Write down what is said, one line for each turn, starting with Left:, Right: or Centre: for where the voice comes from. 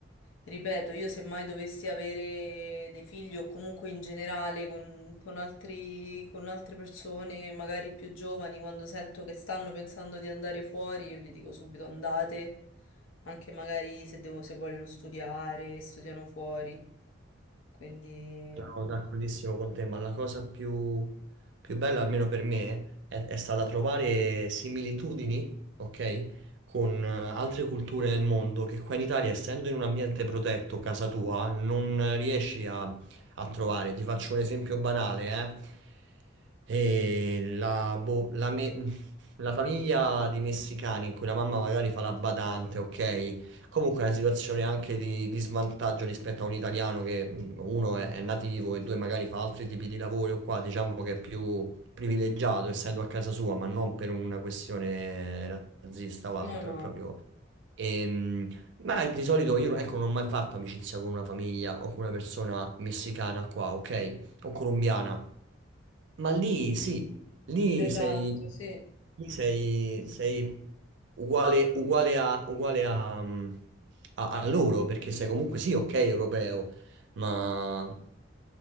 Left: ripeto, io se mai dovessi avere dei figli o comunque in generale con, con altri- con altre persone, magari più giovani, quando sento che stanno pensando di andare fuori, io gli dico subito andate, anche magari se devo- se vogliono studiare, studiano fuori, quindi...
Right: Sono d'accordissimo con te, ma la cosa più, più bella, almeno per me, è, è stata trovare similitudini, ok, con eh, altre culture del mondo che qua in Italia, essendo in un ambiente protetto, casa tua, non riesci a, a trovare. Ti faccio un esempio banale, eh. E la, boh, la me- la famiglia di messicani in cui la mamma magari fa la badante, ok? Comunque è una situazione anche di, di svantaggio rispetto a un italiano che mh, uno è, è nativo e due magari fa altri tipi di lavori o qua diciamo che è più privilegiato essendo a casa sua, ma non per una questione razzista o
Left: No,
Right: altro,
Left: no,
Right: è proprio... Ehm, ma di solito io ecco, non ho mai fatto amicizia con una famiglia o con una persona messicana qua, ok? O colombiana. Ma lì sì, lì
Left: esatto,
Right: sei,
Left: sì.
Right: lì sei, sei uguale, uguale a, uguale a, mm, a- a loro, perché sei comunque sì, ok, europeo, ma,